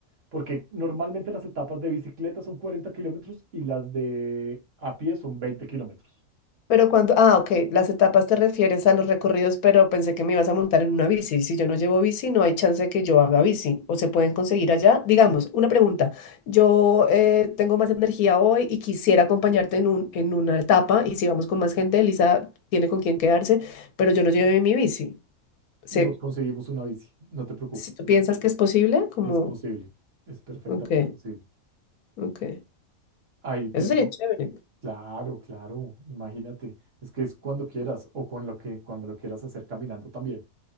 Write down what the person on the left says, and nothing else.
Pero cuando, ah, ok, las etapas te refieres a los recorridos, pero pensé que me ibas a montar en una bici. Si yo no llevo bici, no hay chance de que yo haga bici. O se pueden conseguir allá. Digamos, una pregunta. Yo eh, tengo más energía hoy y quisiera acompañarte en un, en una etapa. Y si vamos con más gente, Elisa tiene con quién quedarse, pero yo no llevé mi bici. Se,
si tú piensas que es posible, como,
ok,
ok.
Eso sería chévere.